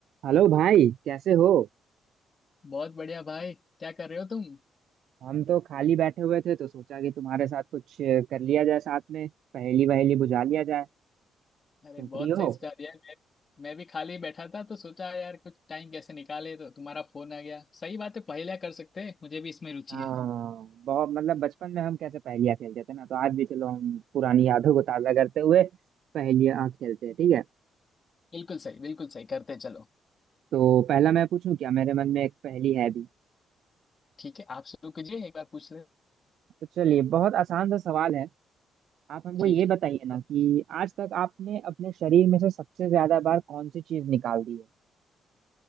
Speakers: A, on the right; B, on the left.
A: हेलो भाई कैसे हो
B: बहुत बढ़िया भाई क्या कर रहे हो तुम
A: हम तो खाली बैठे हुए थे तो सोचा कि तुम्हारे साथ कुछ कर लिया जाए साथ में पहेली वहेली बुझा लिया जाए
B: अरे
A: तुम
B: बहुत
A: फ्री
B: सही
A: हो
B: सुझाव दिया है। मैं मैं भी खाली बैठा था तो सोचा यार कुछ टाइम कैसे निकाले तो तुम्हारा फोन आ गया सही बात है पहेलियां कर सकते हैं मुझे भी इसमें रुचि
A: हाँ
B: है
A: बहुत मतलब बचपन में हम कैसे पहेलियाँ खेलते थे ना तो आज भी चलो हम पुरानी यादों को ताज़ा करते हुए पहेलियाँ खेलते हैं ठीक है
B: बिल्कुल सही बिल्कुल सही करते चलो
A: तो पहला मैं पूछूं क्या मेरे मन में एक पहेली है भी
B: ठीक है आप शुरू कीजिए एक बार पूछ ले
A: तो चलिए बहुत आसान सा सवाल है आप हमको
B: ठीक
A: ये
B: है
A: बताइए ना कि आज तक आपने अपने शरीर में से सबसे ज्यादा बार कौन सी चीज निकाल दी है